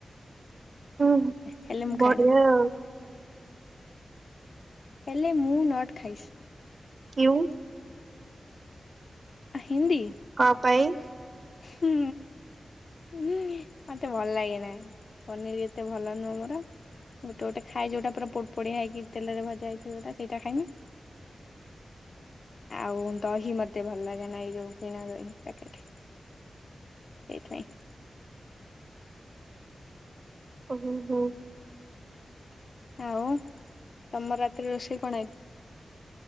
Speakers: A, on the right (about 45°); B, on the left (about 55°).
A: ହୁଁ।
B: ହେଲ ମୁ
A: ବଢିଆ
B: ଖାଏନା।
A: ଆଉ
B: ହେଲେ ମୁଁ ନଟ୍ ଖାଇସି।
A: କିଉଁ?
B: ହିନ୍ଦୀ।
A: କଣ ପାଇଁ?
B: ହୁଁ। ହୁଁ ମତେ ଭଲ ଲାଗେନା। ପନିରି ଏତେ ଭଲ ନୁହଁ ମୋର। ଗୋଟେ ଗୋଟେ ଖାଏ ଯଉଟା ପୁରା ପୋଡ ପୋଡ଼ିଆ ହେଇକି ତେଲରେ ଭଜାହେଇ ଥିବ ଯଉଟା ସେଇଟା ଖାଇମି। ଆଉ ଦହି ମତେ ଭଲ ଲାଗେ ନା ଏଇ ଯୋଉ କିଣା ଦହି ପ୍ୟାକେଟ୍। ଏଇଥି ପାଇଁ।
A: ହୁଁ ହୁଁ।
B: ଆଉ ତମର ରାତିରେ ରୋଷେଇ କଣ ଆଜି?